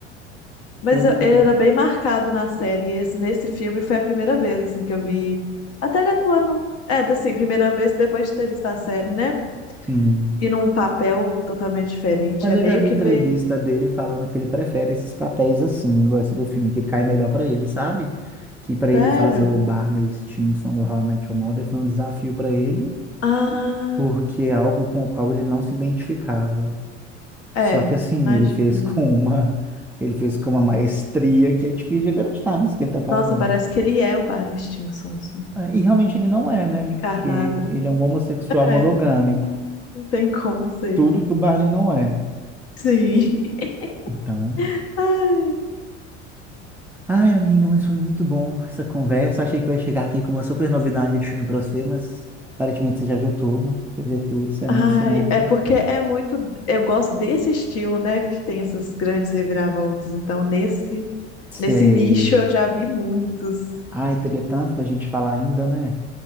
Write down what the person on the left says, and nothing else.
Mas
eu- ele era bem marcado na série, e esse, nesse filme foi a primeira vez, assim, que eu vi. Até ele atuando. É, assim, primeira vez depois de ter visto a série, né?
E num papel totalmente diferente.
É
meio
que
ver.
Sério?
Ah,
é,
imagino.
Nossa, parece que ele é o Barney Stinson, assim,
encarnado.
É,
não não tem como ser.
Sim. <laughs>
Ai.
Ai,
é porque é muito. Eu gosto desse estilo, né? Que tem essas grandes reviravoltas. Então, nesse,
nesse nicho eu já vi muitos.